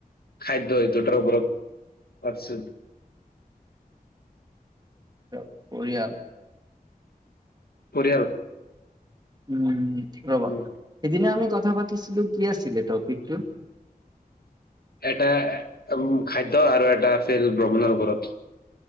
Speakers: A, on the left; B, on the right.
A: খাদ্য এই দুটাৰ ওপৰত। <unintelligible>
B: এ পৰিয়াল
A: পৰিয়াল
B: উ ৰব সিদিনা
A: উম
B: আমি কথা কথা পাতিছিলো কি আছিলে টপিকটো?
A: এটা উ খাদ্য আৰু এটা আছিল ভ্ৰমণৰ ওপৰত।